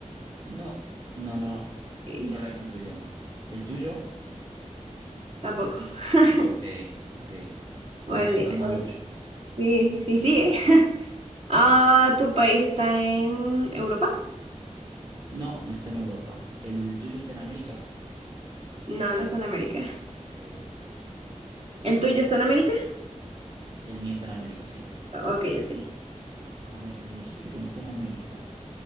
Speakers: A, on the right (about 35°); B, on the right (about 55°).
A: No, no, no.
B: Sí,
A: Se habla en otro idioma. ¿El tuyo?
B: tampoco. <laughs>
A: Ok, ok. Voy
B: Vale,
A: descartando
B: a
A: mucho.
B: ver. Sí, sí, sí, ¿eh? <laughs> Ah, ¿tu país está en Europa?
A: No, no está en Europa. ¿El tuyo está en América?
B: No, no está en América.
A: Ok.
B: ¿El tuyo está en América?
A: El mío está en América, sí.
B: Ok, ok.
A: A ver, me dijiste que no está en América.